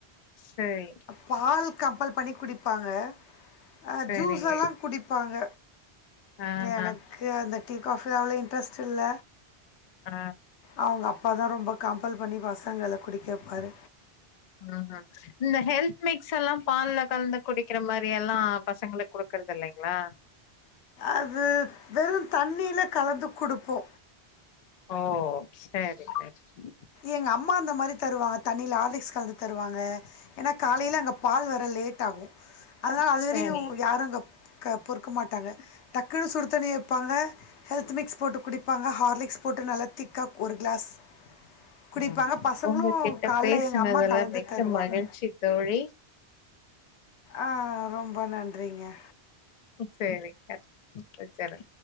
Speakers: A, on the left (about 55°); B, on the left (about 85°).
A: சேரி
B: பால் கம்பல் பண்ணி குடிப்பாங்க அ
A: சரிங்க
B: ஜூஸெல்லா குடிப்பாங்க
A: ஆ
B: எனக்கு
A: ஆ
B: அந்த டீ காஃபில்ல அவ்வள இன்ட்ரெஸ்ட் இல்ல
A: ஆ
B: அவுங்க அப்பா தா ரொம்ப கம்பல் பண்ணி பசங்கள குடிக்க வெப்பாரு
A: ம்ஹூம் இந்த ஹெல்த் மிக்ஸ் எல்லா பால்ல கலந்து குடிக்கிற மாரி எல்லா பசங்களுக்கு குடுக்கறது இல்லிங்களா
B: அது வெறு தண்ணில கலந்து குடுப்போ
A: ஓ சேரி செரி
B: எங்க அம்மா அந்த மாரி தருவாங்க தண்ணில ஆர்லிக்ஸ் கலந்து தருவாங்க ஏனா காலைல அங்க பால் வர லேட் ஆகு அதனால அதுவரையு
A: சரி
B: யாரு அங்க பொறுக்க மாட்டாங்க டக்குன்னு சுடு தண்ணி வப்பாங்க ஹெல்த் மிக்ஸ் போட்டு குடிப்பாங்க ஹார்லிக்ஸ் போட்டு நல்லா திக்கா ஒரு கிளாஸ் குடிப்பாங்க
A: ம்
B: பசங்களும்
A: உங்க கிட்ட
B: காலைல
A: பேசுனதெல்லா
B: எங்கள் அம்மா கலந்து
A: மிக்க
B: தருவாங்க
A: மகிழ்ச்சி தோழி
B: ஆ ரொம்ப நன்றிங்க
A: சேரிங்க வெச்சறே